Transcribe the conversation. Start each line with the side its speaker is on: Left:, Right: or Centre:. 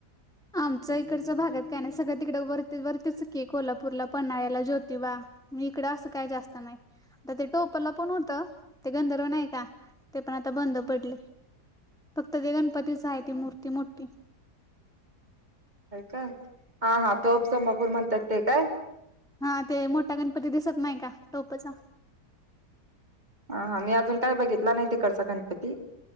Centre: <inaudible> आमच्या इकडच्या भागात काय ना सगळ्यात तिकडे वरती वरतीच की आहे कोल्हापूरला पन्हाळ्याला ज्योतिबा मग इकडं असं काय जास्त नाही ते टोपला पण होत ते गंधर्व नाही का ते प आता बंद पडलय फक्त ते गणपतीच आहे ती मूर्ती मोठी
Right: का हा हा टोप संबापूर म्हणतात ते काय
Centre: हा ते मोठा गणपती दिसत नाही का टोपचा
Right: हा हा, मी अजून काय बघितला नाही तिकडचा गणपती.